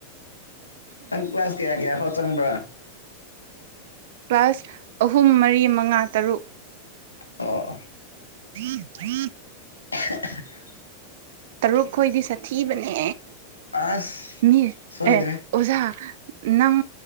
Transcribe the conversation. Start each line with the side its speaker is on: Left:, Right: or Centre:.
Left: ꯅꯪ ꯀ꯭ꯂꯥꯁ ꯀꯌꯥ ꯀꯌꯥ ꯍꯣ ꯆꯪꯕ꯭ꯔꯥ
Right: ꯀ꯭ꯂꯥꯁ ꯑꯍꯨꯝ ꯃꯔꯤ ꯃꯉꯥ ꯇꯔꯨꯛ
Left: ꯑꯣ
Right: ꯎ ꯎ
Left: <unintelligible>
Right: ꯇꯔꯨꯛꯈꯣꯏꯗꯤ ꯁꯥꯊꯤꯕꯅꯦ
Left: ꯑꯁ
Right: ꯃꯤ
Left: ꯁꯣꯏꯗ꯭ꯔꯦ
Right: ꯑꯦ ꯑꯣꯖꯥ ꯅꯪ